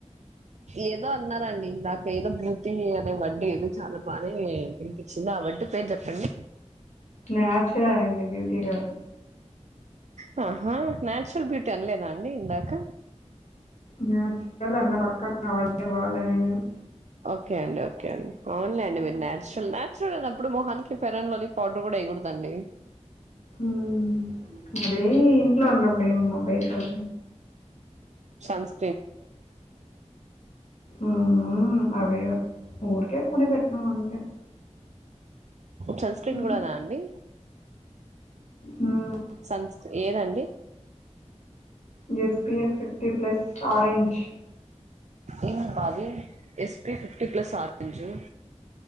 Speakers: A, on the right; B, on the left.
A: ఏదో అన్నారండి ఇందాక ఏదో బ్యూటీ అనే వడ్డే ఏదో చాలా బానే విన్పి చింది ఆ వర్డ్ పేరు చెప్పండి
B: న్యాచురల్ అండి బ్యూటీ గాదు
A: హా హా న్యాచురల్ బ్యూటీ అనలేదా అండి ఇందాక
B: న్యాచురల్ అన్నా పక్కన ఆ వర్డేం వాడలే నేను
A: ఓకే అండి ఓకే అండి అవును లేండి మీరు న్యాచురల్ న్యాచురల్ అయినప్పుడు మొహానికి ఫేరెన్ లవ్లీ పౌడర్ కూడా ఎయకూడదండి
B: ఊ మరీ ఇంట్లో ఉన్నప్పుడు ఎయ్యమమ్మా బయట <inaudible>
A: సన్స్
B: ఊ అదే ఓ ఊరికే కొని పెట్టినా అంతే
A: సన్ స్క్రీన్
B: మ్మ్.
A: కూడానా అండి
B: మ్మ్.
A: సన్స్ ఏదండి
B: G P F fifty plus orange
A: ఏం బాది S P fifty plus orange